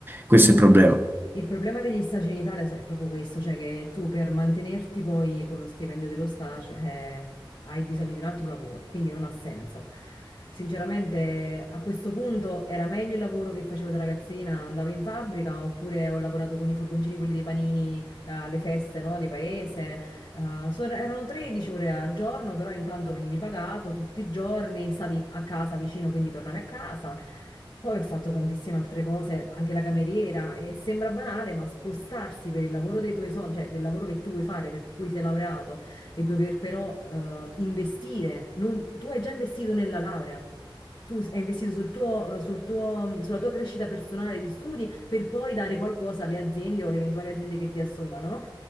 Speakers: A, on the right; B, on the left.
A: Questo è il problema.
B: Il problema degli stage in Italia è proprio questo, cioè che tu per mantenerti poi con lo stipendio dello stage eh, hai bisogno di un altro lavoro, quindi non ha senso. Sinceramente, a questo punto era meglio il lavoro che facevo da ragazzina, andavo in fabbrica oppure ho lavorato con i furgoncini, quelli dei panini, eh, alle feste, no, di paese. Eh, so- er-, erano 13 ore al giorno, però intanto venivi pagato tutti i giorni, stavi a casa vicino, quindi tornavi a casa. Poi ho fatto tantissime altre cose, anche la cameriera, e sembra banale, ma spostarsi per il lavoro dei tuoi sogni, cioè del lavoro che tu vuoi fare, per cui sei laureato, e dover però eh, investire, non- tu hai già investito nella laurea. Tu hai investito sul tuo, eh, sul tuo- sulla tua crescita personale di studi per poi dare qualcosa alle aziende o alle eventuali aziende che ti assommano, no?